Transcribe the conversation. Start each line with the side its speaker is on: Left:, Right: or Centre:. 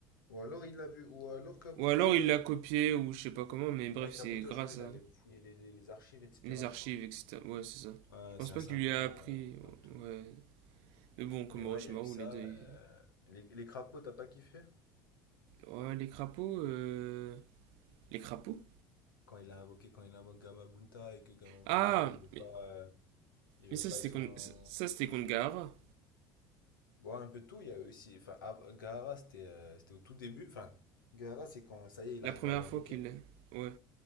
Left: Ou alors il l'a vu, ou alors Kabuto.
Right: Ou alors il
Left: euh,
Right: l'a copié, ou je sais pas comment, mais bref,
Left: Ouais,
Right: c'est
Left: Kabuto,
Right: grâce
Left: je crois, il
Right: à
Left: allait fouiller les, les archives, etc.,
Right: les archives,
Left: je crois.
Right: etc. Ouais, c'est ça.
Left: Ouais,
Right: Je pense
Left: c'est
Right: pas
Left: un salopard,
Right: qu'il lui a appris.
Left: euh, Kabuto.
Right: Ouais, Mais bon, comme
Left: Mais ouais,
Right: Orochimaru,
Left: il y a eu ça.
Right: les deux. ils-
Left: euh, Les, les crapauds, t'as pas kiffé?
Right: Ouais, les crapauds. euh, Les crapauds
Left: Quand il a invoqué, quand il invoque Gamabunta et que Gamabunta,
Right: Ah
Left: il veut pas,
Right: Mais,
Left: euh, il
Right: mais
Left: veut
Right: ça,
Left: pas
Right: c'était
Left: être son,
Right: contre... ça, c'était contre Gaara.
Left: Bon, un peu de tout, il y a eu aussi. Enfin, Av- Gaara, c'était euh, c'était au tout début. Enfin, Gaara, c'est quand ça y est, il
Right: La
Left: arrivait
Right: première
Left: à l'invoquer.
Right: fois qu'il. Ouais.